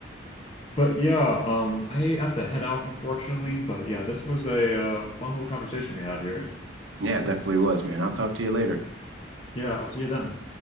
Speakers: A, on the left; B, on the right.
A: But yeah, um I have to head out unfortunately, but yeah, this was a uh, fun little conversation we had here.
B: Yeah, definitely was, man. I'll talk to you later.
A: Yeah, I'll see you then.